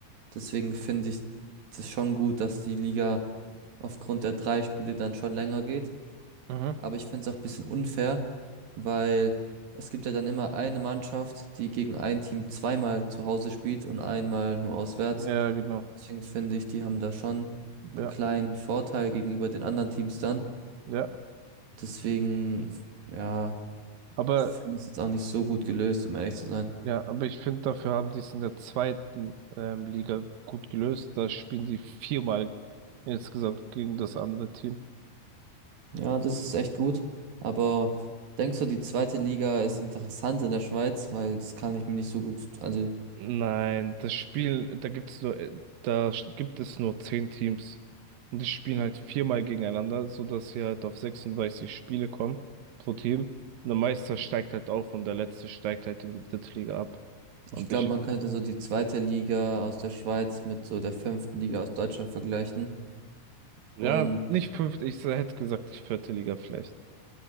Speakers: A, on the right; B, on the right.
A: Deswegen finde ich das schon gut, dass die Liga aufgrund der drei Spiele dann schon länger geht.
B: Mhm.
A: Aber ich finde es auch ein bisschen unfair, weil es gibt ja dann immer eine Mannschaft, die gegen ein Team zweimal zu Hause spielt und einmal nur auswärts.
B: Ja, genau.
A: Deswegen finde ich, die haben da schon
B: Ja,
A: einen kleinen Vorteil gegenüber den anderen Teams dann.
B: ja.
A: Deswegen, ja,
B: Aber
A: finde ich es jetzt auch nicht so gut gelöst, um ehrlich zu sein.
B: ja, aber ich finde, dafür haben die es in der zweiten ähm, Liga gut gelöst. Da spielen die viermal insgesamt gegen das andere Team.
A: Ja, das ist echt gut. Aber denkst du, die zweite Liga ist interessant in der Schweiz? Weil das kann ich mir nicht so gut. Also
B: Nein, das Spiel, da gibt's nur, äh, da sch- gibt es nur zehn Teams. Und die spielen halt viermal gegeneinander, sodass sie halt auf 36 Spiele kommen pro Team. Und der Meister steigt halt auf und der Letzte steigt halt in die dritte Liga ab. Und
A: ich glaube,
B: ich,
A: man könnte so die zweite Liga aus der Schweiz mit so der fünften Liga aus Deutschland vergleichen.
B: ja,
A: Und
B: nicht fünfte, ich hätte gesagt, die vierte Liga vielleicht.